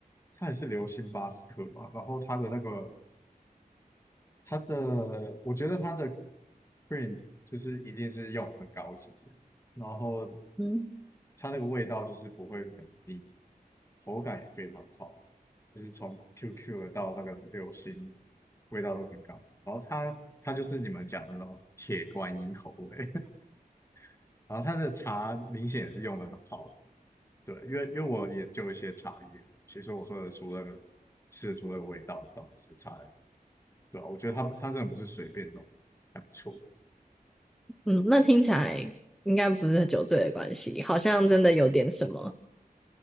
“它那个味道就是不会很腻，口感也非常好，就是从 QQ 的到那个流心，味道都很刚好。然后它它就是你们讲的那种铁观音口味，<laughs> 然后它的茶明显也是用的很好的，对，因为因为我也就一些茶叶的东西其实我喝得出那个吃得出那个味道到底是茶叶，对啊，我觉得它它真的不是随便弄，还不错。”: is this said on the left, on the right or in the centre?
Left